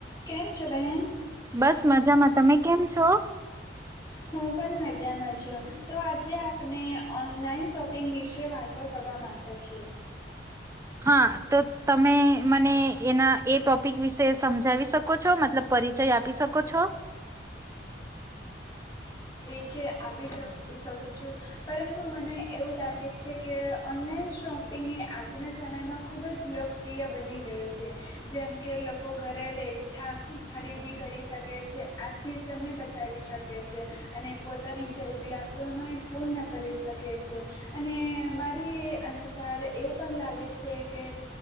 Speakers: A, on the left; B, on the right.
A: કેમ? છો બહેન
B: બસ મજામાં, તમે કેમ છો?
A: હું પણ મજામાં છું તો આજે આપણે ઓનલાઈન શોપિંગ વિશે વાતો કરવા માંગતા છીએ.
B: હા તો તમે મને એના એ ટોપિક વિશે સમજાવી શક શકો છો, મતલબ પરિચય આપી શકો છો?
A: છે આપી શ શકું છું પરંતુ મને એવું લાગે છે, કે ઓનલાઈન શોપિંગ એ આજના સમયમાં ખૂબ જ લોકપ્રિય બની ગયું છે, જેમ કે લોકો ઘરે બેઠા ખરીદી કરી શકે છે આથી સમય બચાવી શકે છે, અને પોતાની જરૂરિયાતોને પૂર્ણ કરી શકે છે. અને મારી અનુસાર એવું પણ લાગે છે, કે